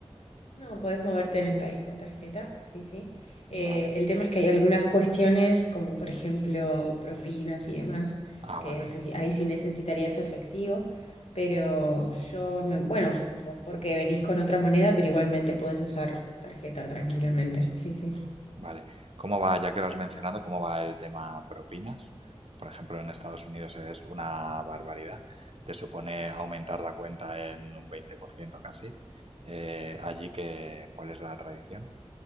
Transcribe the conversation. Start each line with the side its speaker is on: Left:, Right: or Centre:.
Left: No, podés moverte en el país con tarjeta, sí, sí. Eh,
Right: Vale,
Left: el tema es que hay algunas cuestiones, como por ejemplo propinas y demás,
Right: ah,
Left: que
Right: vale,
Left: eso sí- ahí sí necesitarías efectivo, pero yo, me, bueno, vos porque venís con otra moneda, pero igualmente podés usar tarjeta tranquilamente, sí, sí.
Right: vale. ¿Cómo va, ya que lo has mencionado, cómo va el tema propinas? Por ejemplo, en Estados Unidos es una barbaridad, te supone aumentar la cuenta en un 20% casi. Eh, allí que, ¿cuál es la tradición?